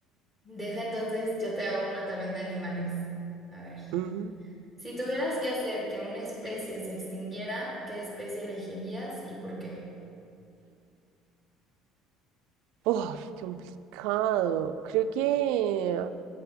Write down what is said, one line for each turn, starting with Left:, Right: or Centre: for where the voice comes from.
Left: Deja entonces, yo te hago uno también de animales. A ver.
Right: Ujú.
Left: Si tuvieras que hacer que una especie se extinguiera, ¿qué especie elegirías y por qué?
Right: Oh, complicado. Creo que